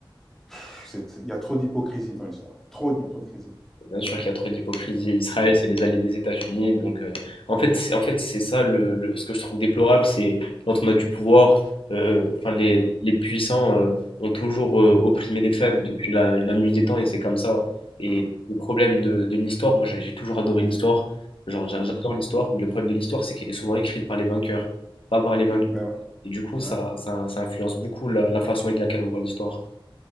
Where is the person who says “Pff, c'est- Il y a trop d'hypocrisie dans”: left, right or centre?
Centre